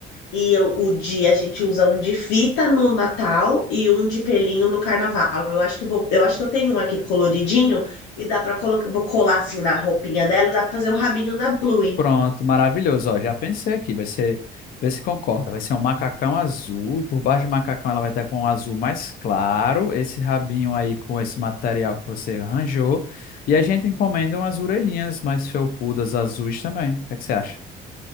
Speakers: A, on the left; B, on the left.
A: E eu- o de a gente usa um de fita no Natal e um de pelinho no Carnaval. Eu acho que eu vou, eu acho que eu tenho um aqui coloridinho e dá para colocar, vou colar assim na roupinha dela, e dá para fazer o rabinho da Bluey.
B: Pronto, maravilhoso. Ó, já pensei aqui, vai ser, vê se concorda. Vai ser um macacão azul, e por baixo do macacão ela vai estar com um azul mais claro, esse rabinho aí com esse material que você arranjou. E a gente encomenda umas orelhinhas mais felpudas azuis também. O que é que você acha?